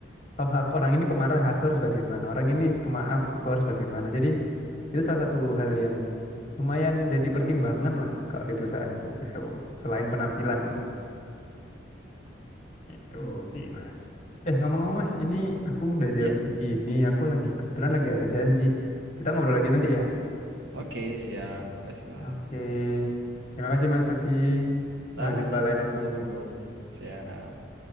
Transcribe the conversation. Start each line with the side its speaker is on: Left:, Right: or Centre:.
Left: oh aku, orang ini pemarah aku harus bagaimana orang ini pemaaf aku harus bagaimana jadi itu salah satu hal yang lumayan jadi pertimbangan lah kalau di perusahaanku gitu selain penampilan itu
Right: Hmm.
Left: sih mas eh ngomong-ngomong mas ini aku udah jam
Right: Ya,
Left: segini aku lagi kebetulan lagi ada janji kita ngobrol lagi nanti ya
Right: oke, siap. Kasih, Mas.
Left: oke terima kasih mas Sakti
Right: Sama-sama,
Left: Eh, jumpa lain waktu
Right: Mas Vigo. Siap.